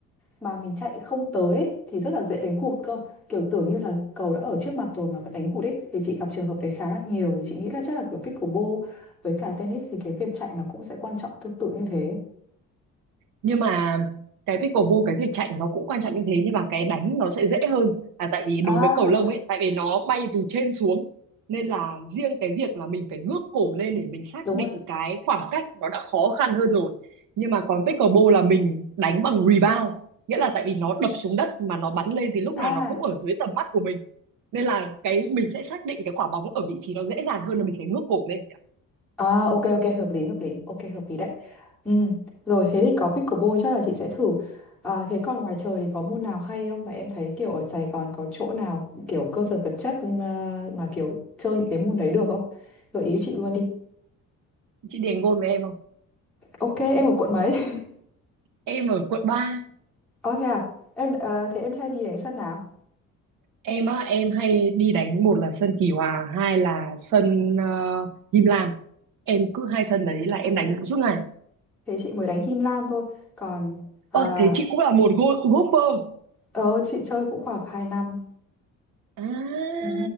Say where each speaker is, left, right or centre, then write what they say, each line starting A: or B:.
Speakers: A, in the centre; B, on the right.
A: Mà mình chạy không tới ấy, thì rất là dễ đánh hụt cơ, kiểu, tưởng như là cầu đã ở trước mặt rồi mà vẫn đánh hụt ấy, thì chị gặp trường hợp đấy khá là nhiều, thì chị nghĩ là chắc là, kiểu, pickleball với cả tennis thì cái việc chạy nó cũng sẽ quan trọng tương tự như thế.
B: nhưng mà cái pickleball cái việc chạy nó cũng quan trọng như thế nhưng mà cái đánh nó sẽ dễ hơn là tại vì đối
A: À,
B: với cầu lông
A: thế à?
B: ấy tại vì nó bay từ trên xuống nên là riêng cái việc là mình phải ngước cổ lên để mình xác
A: đúng
B: định
A: rồi.
B: cái khoảng cách nó đã khó khăn hơn rồi nhưng mà còn pickleball là mình đánh bằng rebound nghĩa là tại vì nó đập xuống đất mà nó bắn lên thì lúc
A: À,
B: nào nó cũng ở dưới tầm mắt của mình nên là cái mình sẽ xác định cái quả bóng ở vị trí nó dễ dàng hơn là mình phải ngước cổ lên
A: à ok ok hợp lý hợp lý ok hợp lý đấy ừ. Rồi thế thì có pickleball chắc là chị sẽ thử à, thế còn ngoài trời thì có môn nào hay không mà em thấy kiểu ở Sài Gòn có chỗ nào kiểu cơ sở vật chất mà, mà kiểu chơi những cái môn đấy được không gợi ý cho chị luôn đi
B: chị Điền ngôn với em không
A: Ok, em ở quận mấy? <laughs>
B: em ở quận ba
A: Ờ thế à? Em ờ, thế em hay đi đánh sân nào?
B: em á em hay đi đánh một là sân Kỳ Hòa hai là sân ờ, Him Lam em cứ hai sân đấy là em đánh suốt ngày
A: Thế chị mới đánh Him Lam thôi. Còn à,
B: ơ thế chị cũng là một go- golfer
A: ờ chị chơi cũng khoảng 2 năm.
B: à
A: Ừ.